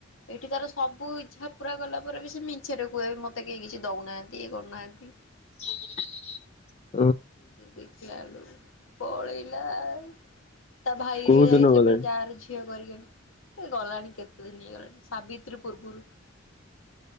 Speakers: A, on the left; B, on the left.
A: ଏଠି ତାର ସବୁ ଇଚ୍ଛା ପୁରା କଲା ପରେ ବି ସେ ମିଛରେ କୁହେ ବି? ମତେ କେହି କିଛି ଦଉନାହାନ୍ତି ଇଏ କରୁନାହାନ୍ତି।
B: <inaudible>
A: ଦେଖିଲାବେଳୁକୁ ପଳେଇଲା ଆଉ। ତା ଭାଇହରିକା
B: କୋଉ
A: ଯାଇଥିଲେ
B: ଦିନ ଗଲାଣି?
A: ଫେରେ ଗାଆଁ ର ଝିଅ। <unintelligible> ଏ ଗଲାଣି କେତେ ଦିନ ହେଇଗଲାଣି ସାବିତ୍ରୀ ପୂର୍ବରୁ। <inaudible>